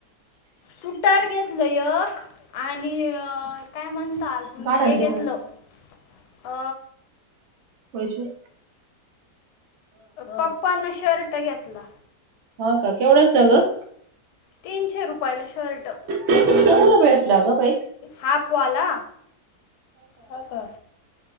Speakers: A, on the left (about 75°); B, on the right (about 75°).
A: सुटार घेतलं एक आणि काय म्हणत अजून
B: काढ
A: हे
B: आणते
A: घेतलं-
B: ग
A: अ
B: वैशू-
A: पप्पांना शर्ट घेतला
B: हा का केवढंच गं
A: तीनशे रुपयाला शर्ट
B: चांगला भेटला ग बाई
A: हा अप्पू आला हा का